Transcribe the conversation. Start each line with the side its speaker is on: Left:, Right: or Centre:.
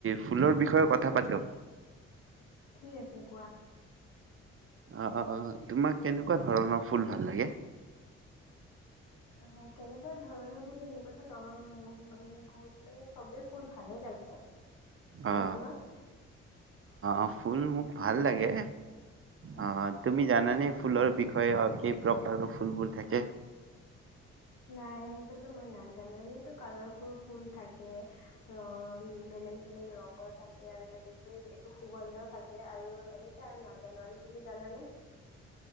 Right: ফুলৰ বিষয়ে কথা পাতোঁ।
Left: ঠিক আছে কোৱা।
Right: অহ অহ তোমাক কেনেকুৱা ধৰণৰ ফুল ভাল লাগে।
Left: অ কেনেকুৱা ধৰণৰ বুলি এনেকুৱা‌তো নাই মোক মানে বহুত মানে চবে ফুল ভালে লাগে। আৰু
Right: অ
Left: তোমাক?
Right: অ ফুল মোক ভাল লাগে
Left: আচ্ছা।
Right: অ তুমি জানানে। ফুলৰ বিষয়ে অ কেই প্ৰকাৰৰ ফুলবোৰ থাকে।
Left: নাই সেনেকুৱাতো মই নাজানো এনেইটো কালাৰফুল ফুল থাকে বেলেগ বেলেগ ৰঙৰ থাকে আৰু বেলেগ বেলেগ এইটো সুগন্ধ থাকে আৰু এনে আৰু নাজানো আৰু তুমি জানানে।